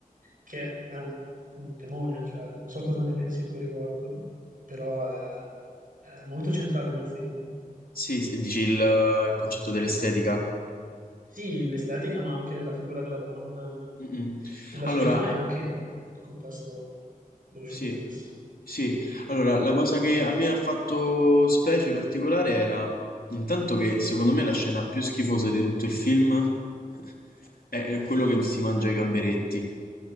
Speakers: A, on the right (about 65°); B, on the left (about 75°).
A: che è un, un temone, cioè, non so cosa ne pensi tu a riguardo, però è, è molto centrale nel film.
B: Sì, sì, dici il, il concetto dell'estetica.
A: Sì, l'estetica, ma anche la figura della donna
B: Mm, mm.
A: nella
B: Allora,
A: società e anche nel contesto dello
B: sì.
A: show business.
B: Sì, Allora, la cosa che a me ha fatto specie particolare era intanto che secondo me la scena più schifosa di tutto il film <laughs> è quello che si mangia i gamberetti